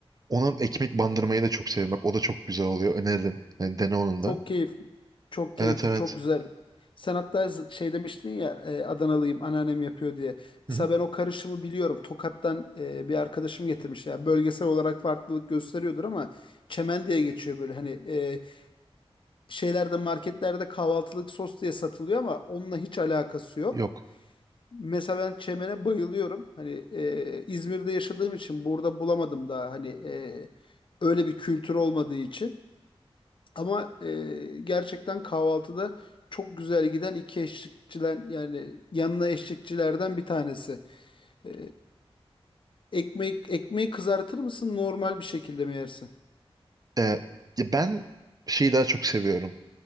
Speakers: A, on the right; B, on the left.
A: Ona ekmek bandırmayı da çok seviyorum. Bak o da çok güzel oluyor. Öneririm. Yani dene onun
B: Çok
A: da.
B: keyifli. Çok
A: Evet
B: keyifli,
A: evet.
B: çok güzel. Sen hatta z- şey demiştin ya e, Adanalıyım anneannem yapıyor diye.
A: Hı
B: Mesela
A: hı.
B: ben o karışımı biliyorum. Tokat'tan e, bir arkadaşım getirmiş. ya bölgesel olarak farklılık gösteriyordur ama çemen diye geçiyor böyle. Hani e, şeylerde marketlerde kahvaltılık sos diye satılıyor ama onunla hiç alakası yok.
A: Yok.
B: Mesela ben çemene bayılıyorum. Hani e, İzmir'de yaşadığım için burada bulamadım daha. Hani e, öyle bir kültür olmadığı için. Ama e, gerçekten kahvaltıda çok güzel giden iki eşlikçilen yani yanına eşlikçilerden bir tanesi. E, ekmek ekmeği kızartır mısın normal bir şekilde mi yersin?
A: Ee, ya ben şeyi daha çok seviyorum.